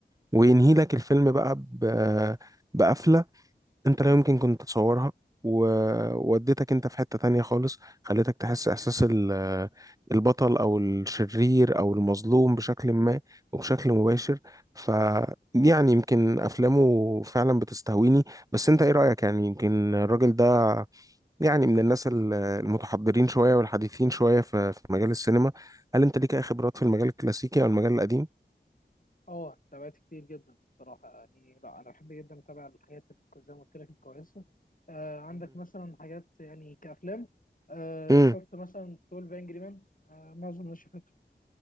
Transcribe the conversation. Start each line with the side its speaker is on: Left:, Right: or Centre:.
Right: وينهي لك الفيلم بقى ب... بقفلة انت لا يمكن كنت تتصورها ووديتك انت في حتة تانية خالص خليتك تحس احساس ال- البطل او الشرير او المظلوم بشكل ما وبشكل مباشر ف يعني يمكن افلامه فعلا بتستهويني بس انت ايه رأيك يعني يمكن الراجل ده يعني من الناس ال- المتحضرين شوية والحديثين شوية في في مجال السينما هل انت ليك اي خبرات في المجال الكلاسيكي او المجال القديم؟
Left: اه تابعت كتير جدا بصراحه يعني لا انا بحب جدا اتابع الحاجات الك- زي ما قلت لك الكويسه آه عندك مثلا حاجات يعني كافلام آه
Right: مهم.
Left: شفت مثلا 12 انجري مان آه معظم الناس شافته